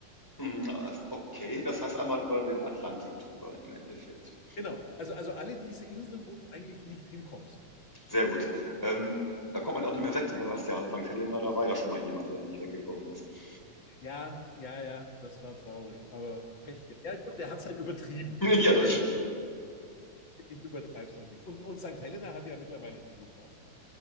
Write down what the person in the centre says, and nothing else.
Hm, äh, Okay, das heißt einmal über den Atlantik drüber im Endeffekt.
Sehr gut. Ähm, da kommt man auch nicht mehr weg, ne? Du ja, St. Helena, da war ja schon mal jemand, der da nicht weggekommen ist. <laughs>
Ja, das
stimmt.